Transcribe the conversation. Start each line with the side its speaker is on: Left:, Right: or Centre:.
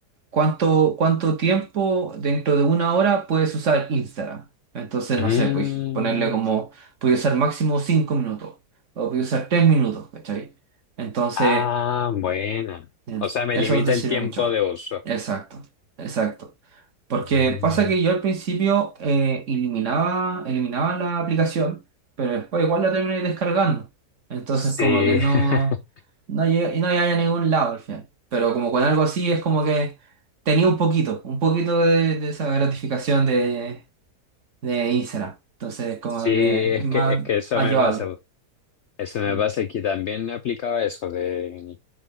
Right: cuánto, cuánto tiempo dentro de una hora puedes usar Instagram. Entonces,
Left: Mm,
Right: no sé, puedes ponerle como, puedes usar máximo 5 minutos o puedes usar 3 minutos, ¿cachai? Entonces...
Left: ah, bueno.
Right: Mm,
Left: O sea, me
Right: Eso
Left: limita
Right: te sirve
Left: el tiempo
Right: mucho.
Left: de uso.
Right: Exacto, exacto. Porque
Left: Mm,
Right: pasa que yo al principio eh, eliminaba, eliminaba la aplicación, pero después igual la terminé descargando. Entonces
Left: sí.
Right: como que no,
Left: <laughs>
Right: no llegué, y no llegué a ningún lado al final. Pero como con algo así es como que tenía un poquito, un poquito de, de esa gratificación de, de Instagram. Entonces como
Left: Sí, es
Right: que es más,
Left: que, es que eso
Right: más
Left: me
Right: llevable.
Left: pasa. Eso me
Right: Mm,
Left: pasa que también aplicaba eso de